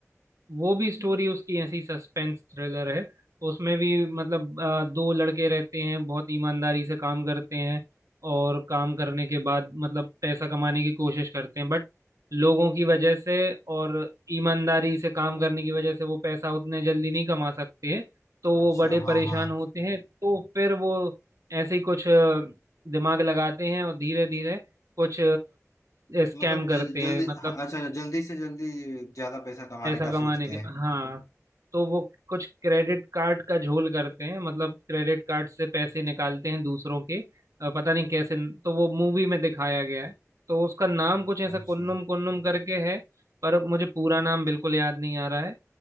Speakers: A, on the right; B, on the left.
A: वो भी स्टोरी उसकी ऐसी सस्पेंस थ्रिलर है उसमें भी मतलब अ, दो लड़के रहते हैं बहुत ईमानदारी से काम करते हैं और काम करने के बाद मतलब पैसा कमाने की कोशिश करते हैं बट लोगों की वजह से और ईमानदारी से काम करने की वजह से वो पैसा उतने जल्दी नहीं कमा सकते हैं तो
B: अच्छा
A: वो बड़े परेशान
B: हाँ हाँ
A: होते हैं तो फिर वो ऐसे ही कुछ अ, दिमाग लगाते हैं और धीरे धीरे कुछ स्कैम
B: मतलब
A: करते
B: ज, जल्दी
A: हैं मतलब
B: हाँ, अच्छा जल्दी से जल्दी ज्यादा पैसा कमाने
A: पैसा
B: का
A: कमाने
B: सोचते
A: के
B: हैं
A: हाँ तो वो कुछ क्रेडिट कार्ड का झोल करते हैं मतलब क्रेडिट कार्ड से पैसे निकालते हैं दूसरों के अ, पता नहीं कैसे तो वो मूवी में दिखाया गया है तो उसका नाम
B: अच्छा
A: कुछ ऐसा कुन्नुम
B: अच्छा
A: कुन्नुम करके है पर मुझे पूरा नाम बिल्कुल याद नहीं आ रहा है